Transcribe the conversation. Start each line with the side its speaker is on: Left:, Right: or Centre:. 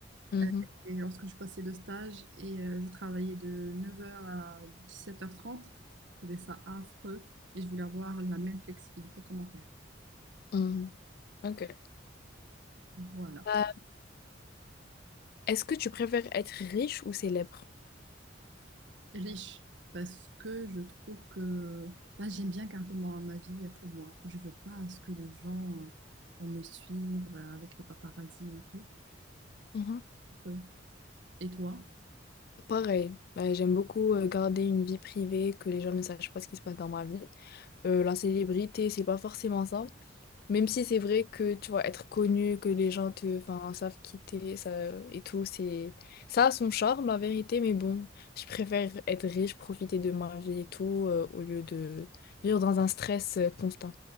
Left: Mhm,
Right: Euh, et lorsque je passais le stage et euh, je travaillais de neuf heures à dix-sept heures trente, je trouvais ça affreux et je voulais avoir la même flexibilité comment faire.
Left: mhm. Ok.
Right: Voilà.
Left: Euh, est-ce que tu préfères être riche ou célèbre?
Right: Riche, parce que je trouve que bah, j'aime bien garder ma, ma vie pour moi. Je veux pas à ce que les gens euh, vont me suivre euh, avec les paparazzis et tout.
Left: Mhm.
Right: Euh, Et toi?
Left: Pareil, Euh, j'aime beaucoup euh, garder une vie privée, que les gens ne sachent pas ce qui se passe dans ma vie. Euh, la célébrité, c'est pas forcément ça. Même si c'est vrai que tu vois, être connu, que les gens te, enfin, savent qui t'es, ça et tout, c'est ça a son charme, la vérité, mais bon, je préfère être riche, profiter de ma vie et tout, euh, au lieu de vivre dans un stress euh, constant.